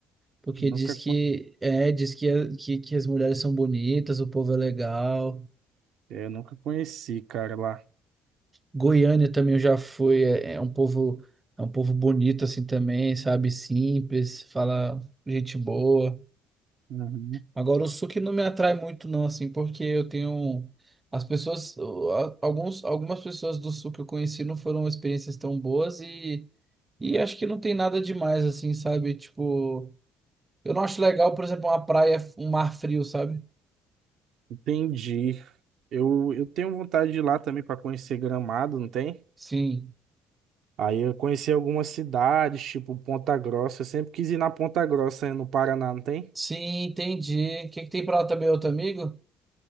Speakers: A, on the right; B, on the right.
A: porque
B: Nunca
A: diz que é, diz que, que, que as mulheres são bonitas, o povo é legal.
B: É, Eu nunca conheci, cara, lá.
A: Goiânia também eu já fui, é, é um povo, é um povo bonito assim também, sabe? Simples, fala gente boa.
B: Uhum.
A: Agora o sul que não me atrai muito não assim, porque eu tenho as pessoas, o- a- alguns, algumas pessoas do sul que eu conheci não foram experiências tão boas e e acho que não tem nada demais assim, sabe? Tipo, eu não acho legal, por exemplo, uma praia, um mar frio, sabe?
B: Entendi. Eu, eu tenho vontade de ir lá também para conhecer Gramado, não tem?
A: Sim.
B: Aí eu conheci algumas cidades, tipo Ponta Grossa. Eu sempre quis ir na Ponta Grossa, eh, no Paraná, não tem?
A: Sim, entendi. O que que tem pra lá também, outro amigo?